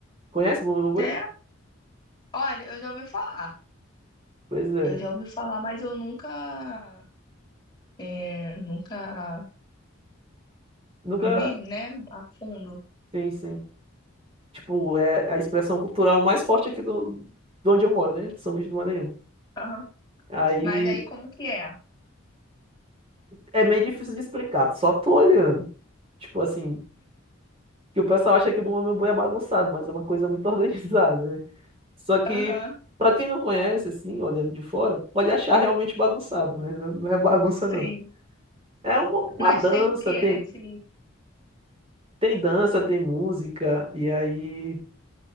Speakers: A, on the right; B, on the left.
A: Conhece Bumba Meu Boi?
B: É, olha, eu já ouvi falar.
A: Pois é.
B: Eu já ouvi falar, mas eu nunca, é, nunca
A: Nunca.
B: vi, né, a fundo.
A: Sim, sim. Tipo, é a expressão cultural mais forte aqui do, de onde eu moro, né? São Luís do Maranhão.
B: Aham.
A: Aí
B: Mas aí como que é?
A: é meio difícil de explicar, só tô olhando. Tipo assim, que o pessoal acha que o Bumblebee Boi é bagunçado, mas é uma coisa muito <laughs> organizada, né? Só que,
B: Aham,
A: pra quem não conhece, assim, olhando de fora, pode achar realmente bagunçado, mas não não é bagunça,
B: sim.
A: não. É uma, uma
B: Mas
A: dança,
B: tem o que
A: tem,
B: nesse.
A: tem dança, tem música, e aí